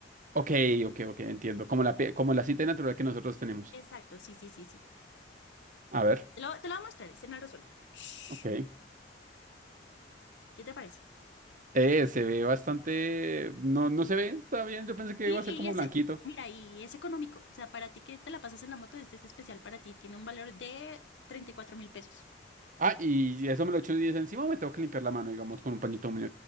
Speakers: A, on the right; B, on the left.
A: Ok, ok, ok, entiendo. Como la, pe- como la cita natural que nosotros tenemos.
B: Exacto, sí, sí, sí, sí.
A: A ver,
B: Te lo, te lo voy a mostrar, es en aerosol. Shh,
A: ok.
B: ¿Qué te parece?
A: Eh, se ve bastante. No, no se ve, está bien. Yo pensé que
B: Y,
A: iba a ser
B: y
A: como
B: ese,
A: blanquito.
B: mira, y es económico. O sea, para ti que te la pasas en la moto, este es especial para ti. Tiene un valor de 34 mil pesos.
A: Ah, y eso me lo echo y dice encima, o me tengo que limpiar la mano, digamos, con un pañito muy.